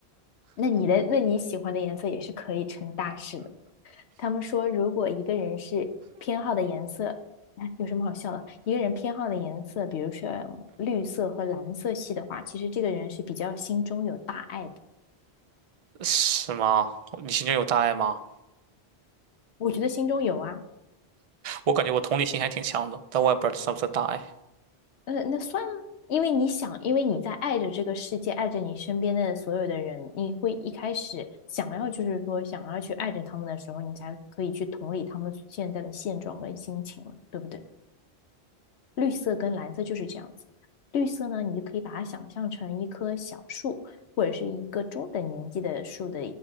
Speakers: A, on the left; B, on the right.
A: 那你的那你喜欢的颜色也是可以成大事的。他们说，如果一个人是偏好的颜色，哎有什么好笑的？一个人偏好的颜色，比如说绿色和蓝色系的话，其实这个人是比较心中有大爱的。
B: 是吗？你心中有大爱吗？
A: 我觉得心中有啊，
B: 我感觉我同理心还挺强的，但我也不知道这算不算大爱。
A: 呃，那算了，因为你想，因为你在爱着这个世界，爱着你身边的所有的人，你会一开始想要就是说想要去爱着他们的时候，你才可以去同理他们现在的现状跟心情嘛，对不对？绿色跟蓝色就是这样子。绿色呢，你就可以把它想象成一棵小树，或者是一个中等年纪的树的